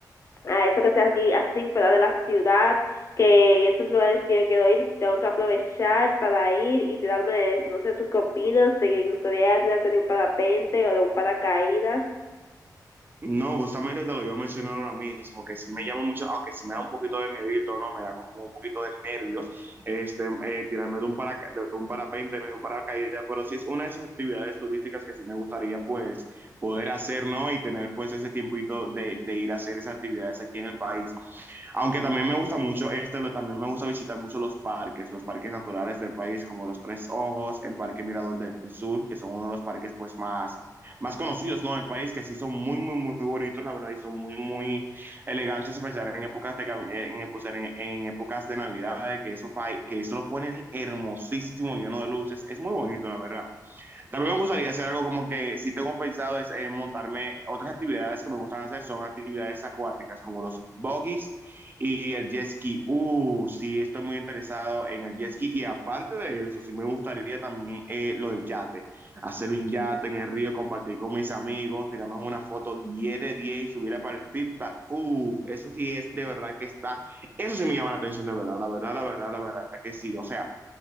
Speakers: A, on the left (about 45°); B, on the right (about 30°).
A: a eso que sea aquí así fuera de la ciudad, que esos lugares que yo quiero ir tengo que aprovechar para ir y tirarme de eso. No sé, ¿tú qué opinas? ¿Te gustaría tirarte de un parapente o de un paracaídas?
B: No, justamente te lo iba a mencionar ahora mismo, que sí me llama mucho, aunque sí me da un poquito de miedito, ¿no? Me da como un poquito de nervios, este, eh, tirarme de un, paraca de un parapente, ¿no? De un paracaídas, pero sí es una de esas actividades turísticas que sí me gustaría, pues, poder hacer, ¿no? Y tener, pues, ese tiempito de, de ir a hacer esas actividades aquí en el país. Aunque también me gusta mucho, este lo- también me gusta visitar mucho los parques, los parques naturales del país, como los Tres Ojos, el Parque Mirador del Sur, que son uno de los parques pues más, más conocidos, ¿no? Del país, que sí son muy, muy, muy bonitos, la verdad, y son muy, muy elegantes, especialmente en épocas de, cami- eh, en, pues, en, en épocas de Navidad, que eso, pa- que eso lo ponen hermosísimo, lleno de luces, es muy bonito, la verdad. También me gustaría hacer algo como que si tengo pensado es eh, montarme otras actividades que me gustan hacer, son actividades acuáticas como los buggies y el jet ski. Uh, sí, estoy muy interesado en el jet ski y aparte de eso, sí me gustaría también eh, lo del yate, hacer un yate en el río, compartir con mis amigos, tirarnos una foto 10 de 10 y subirla para el feedback. Uh, eso sí es de verdad que está, eso sí me llama la atención de verdad, la verdad, la verdad, la verdad que sí. O sea,